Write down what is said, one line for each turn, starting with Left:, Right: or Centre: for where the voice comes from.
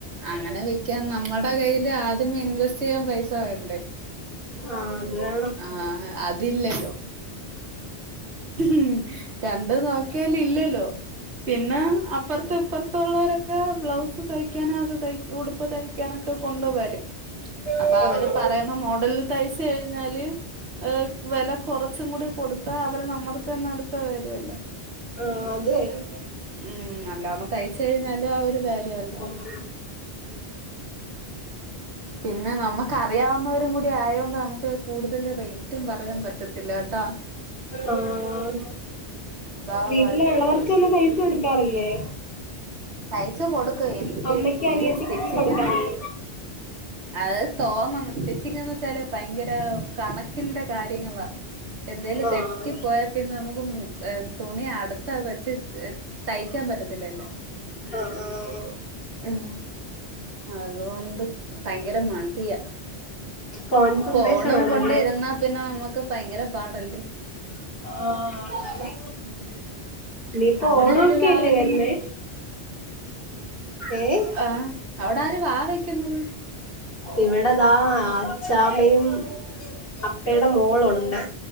Right: അങ്ങെനെ വിക്ക്യാൻ നമ്മടെ കയ്യില് ആദ്യം ഇൻവെസ്റ്റെയ്യാൻ പൈസ വേണ്ടേ
Left: ആഹ് അത് വേണം
Right: ആഹ് അതില്ലല്ലോ ഉം രണ്ട് നോക്ക്യാലില്ലല്ലോ പിന്നെ അപ്പർത്ത് ഇപ്പർത്തുള്ളോരൊക്കെ ബ്ലൗസ് തയ്ക്കാന അത് തയ് ഉടുപ്പ് തയ് ക്ക്യാനൊക്കെ കൊണ്ട് വരും അപ്പ
Left: ആഹ്
Right: അവര് പറയ്ന്ന മോഡൽല് തയ്ച്ച് കഴിഞ്ഞാല് ഏഹ് വെല കൊറച്ചും കൂടി കൊട്ത്താ അവര് നമ്മട്‌ത്തന്നെ അട്ത്തെ വരുവല്ലോ
Left: ആഹ് അത് വെരും
Right: ഉം നല്ലോണം തയ്ച്ച് കഴിഞ്ഞാല് അവര് വരോല്ലോ
Left: ഉം
Right: പിന്നെ നമ്ക്ക് അറിയാവുന്നവരും കൂടി ആയോണ്ട് നമ്ക്ക് കൂട്തല് റെയ്റ്റും പറയാൻ പ റ്റത്തില്ല കെട്ടാ
Left: ആഹ്
Right: അതാ
Left: വീട്ടിലുള്ളവർക്കാെന്നും
Right: വരുന്ന പ്രശ്നം
Left: തൈച്ച് കൊട്ക്കാറില്ലേ
Right: തയ്ച്ച് കൊട്ക്കും എനിക്ക്
Left: അമ്മയ്ക്ക് അനിയത്തിക്കൊക്കെ
Right: ഈ സ്റ്റിച്ചിങ്ങ്യൊന്ന്
Left: കൊടുക്കാറില്ലേ
Right: അത് തോന്നണം സ്റ്റിച്ചിങ്ങെന്നെച്ചാല് ഭയങ്കര കണക്ക്ന്റെ കാര്യങ്ങളാ എന്തേലും
Left: ആഹ്
Right: തെറ്റിപ്പോയാ പിന്നെ നമുക്ക് മു എഹ് തുണി അട്ത്തെ വെച്ച് എഹ് തയ്ക്ക്യാൻ പറ്റത്തില്ലല്ല
Left: ആഹ് ആഹ്
Right: ഉം അത്കൊണ്ട് ഭയങ്കര മടിയാ
Left: കോൺസെൻട്രേഷൻ
Right: ഫോണും
Left: വേണല്ലേ
Right: കൊണ്ട് ഇരുന്നാ പിന്നെ നമ്മുക്ക് ഭയെങ്കെരെ പാടല്ലേ
Left: ആഹ്
Right: ഉം
Left: നീപ്പാെ
Right: അവിടെ
Left: ഓണാെക്കെയല്ലേ
Right: ആര് വാ വെക്കുന്നു
Left: വര്ന്നെ ഏഹ്
Right: ആഹ് അവ്ടാര് വാ വെക്ക്ന്നെത്
Left: ഇവിടെതാ അച്ചാമ്മയും അപ്പേടെ മോളാെണ്ട്